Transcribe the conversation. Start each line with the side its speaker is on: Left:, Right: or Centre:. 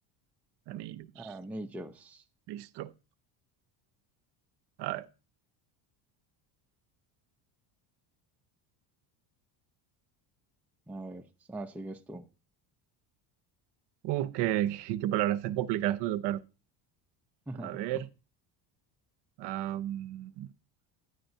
Right: anillos.
Centre: Anillos.
Right: Listo. A ver.
Centre: A ver, ah, sigues tú.
Right: Uh, qué, <laughs> qué palabras tan complicadas me tocaron.
Centre: <laughs>
Right: A ver. am,